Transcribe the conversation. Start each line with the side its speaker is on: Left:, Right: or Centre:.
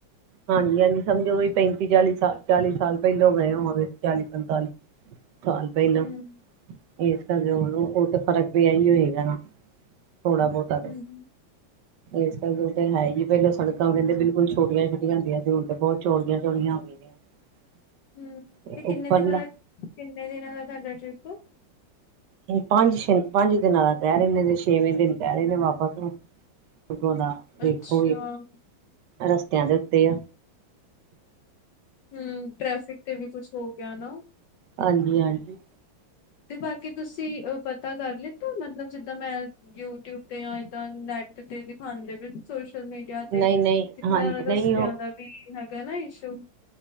Right: ਹਾਂਜੀ ਐਜੀ ਸਮਝੋ, ਵੀ ਪੈਂਤੀ ਚਾਲੀ ਸਾਲ-ਚਾਲੀ ਸਾਲ ਪਹਿਲੋਂ ਗਏ ਹੋਂਵੋਗੇ, ਚਾਲੀ ਪੰਤਾਲੀ
Left: <unintelligible>
Right: ਸਾਲ ਪਹਿਲਾਂ,
Left: ਹੂੰ
Right: ਇਸ ਕਰਕੇ ਉਹ ਉਹ ਤੇ ਫ਼ਰਕ ਵੀ ਇਹੀ ਹੋਏਗਾ ਨਾ ਥੋੜਾ ਬਹੁਤਾ ਤੇ,
Left: ਹੂੰ
Right: ਇਸ ਕਰਕੇ ਹੈ ਹੀ ਪਹਿਲਾਂ ਸੜਕਾਂ ਕੇਂਦੇ, ਬਿਲਕੁਲ ਛੋਟੀਆਂ ਛੋਟ ਹਦੀਆਂ ਸੀ ਉਡ ਤੇ ਬਹੁਤ ਚੋਲੀਆਂ ਚੋਲੀਆਂ ਹੋ ਗਈਆਂ <unintelligible>
Left: ਹਮ,
Right: ਨੇ
Left: ਤੇ ਕਿੰਨੇ
Right: ਉੱਪਰਲਾ
Left: ਦਿਨਾਂ ਦਾ, ਕਿੰਨੇ ਦਿਨਾਂ ਦਾ ਤੁਹਾਡਾ ਟ੍ਰਿਪ੍?
Right: ਪੰਜ ਛੇ, ਪੰਜ ਦਿਨਾਂ ਦਾ ਕਹਿ ਰਹੇ ਨੇ, ਜ ਛੇਵੇਂ ਦਿਨ ਕਹਿ ਰਹੇ ਨੇ ਵਾਪਸ ਨੂੰ ਬੁਰਗੋਂ ਦਾ, ਵੇਖੋ
Left: ਅੱਛਾ
Right: ਵੀ ਰਸਤਿਆਂ ਦੇ ਉੱਤੇ ਆ।
Left: ਹਮ। ਟ੍ਰੈਫਿਕ ਤੇ ਵੀ ਕੁਛ ਹੋ ਗਿਆ ਨਾ।
Right: ਹਾਂਜੀ- ਹਾਂਜੀ।
Left: ਤੇ ਬਾਕੀ ਤੁਸੀਂ ਅ ਪਤਾ ਕਰ ਲਤ ਮਤਲਬ ਜਿੱਦਾਂ ਮੈਂ ਯੂਟਿਊਬ ਤੇ ਜਾਂਦਾਂ ਨੈਟ ਤੇ ਦਿਖਾਦੇ ਸੋ ਸੋਸ਼ਲ ਮੀਡੀਆ ਤੇ,
Right: ਨਹੀਂ
Left: ਤੇ
Right: ਨਹੀਂ
Left: ਥੋੜਾ
Right: ਹਾਂਜੀ ਨਹੀਂ
Left: ਰਸਤਿਆਂ
Right: ਉਹ
Left: ਦਾ ਵੀ ਹੈਗਾ ਨਾ ਇਸ਼ੂ।